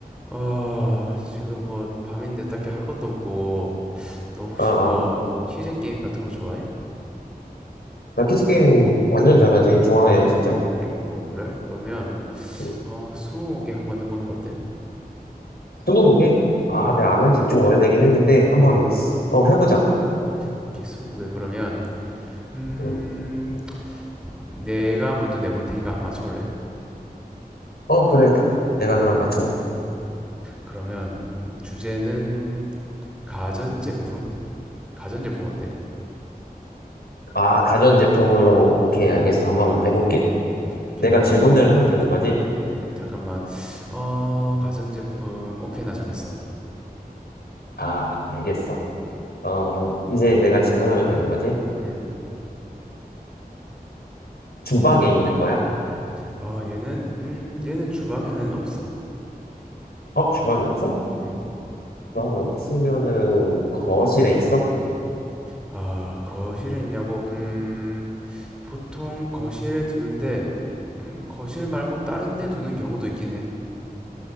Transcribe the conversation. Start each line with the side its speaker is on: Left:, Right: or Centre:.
Centre: 아, 지금 뭐 밤인데 딱히 할 것도 없고, 너 혹시
Left: 아, 아.
Centre: 뭐 퀴즈 게임 같은 거 좋아해?
Left: 나 키즈게임 완전 잘하지. 좋아해, 진짜.
Centre: 어, 그래? 그러면
Left: 응.
Centre: 어, 스무고개 한번 해보는 거 어때?
Left: 스무고개? 아,
Centre: 음,
Left: 내가 안 한 지 좀 오래되긴 했는데, 한번, 어, 해보자.
Centre: 오케이, 스무고개 그러면 음,
Left: 응.
Centre: 내가 먼저 내볼 테니까 한번 맞춰볼래?
Left: 어, 그래. 내가 그럼 맞춰볼게.
Centre: 그러면 음, 주제는 가전제품? 가전제품 어때?
Left: 아, 가전제품으로, 오케이, 알겠어. 한번 해볼게.
Centre: 오케이,
Left: 내가
Centre: 그럼
Left: 질문을 하면 되는 거지?
Centre: 음, 잠깐만. 어, 가전제품. 오케이, 나 정했어.
Left: 아, 알겠어. 어, 이제 내가 질문하면 되는 거지?
Centre: 음,
Left: 주방에 있는 거야?
Centre: 어, 얘는 음, 얘는 주방에는 없어.
Left: 어, 주방에 없어?
Centre: 음.
Left: 주방에 없으면은, 거실에 있어?
Centre: 아, 거실에 있냐고? 음, 보통 거실에 두는데, 음, 거실 말고 다른 데 두는 경우도 있긴 해.